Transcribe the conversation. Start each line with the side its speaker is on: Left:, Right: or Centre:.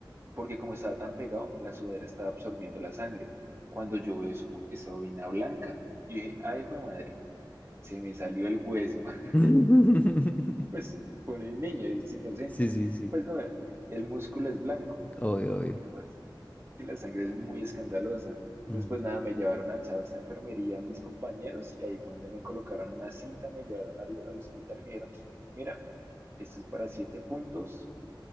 Right: porque como estaba tan pegado, la sudadera estaba absorbiendo la sangre. Cuando yo veo eso, esa vaina blanca, yo dije, ay, hijo de madre, se me salió el hueso. <laughs>
Left: <laughs>
Right: Pues uno es niño, es inocente.
Left: Sí, sí, sí,
Right: Pues no, el músculo es blanco.
Left: obvio, obvio.
Right: ¿Qué pasa? que la sangre es muy escandalosa. Entonces,
Left: Mm.
Right: pues nada, me llevaron alzados a enfermería mis compañeros y ahí fue donde me colocaron una cinta, me llevaron al, al hospital y me dijeron, mira, esto es para siete puntos.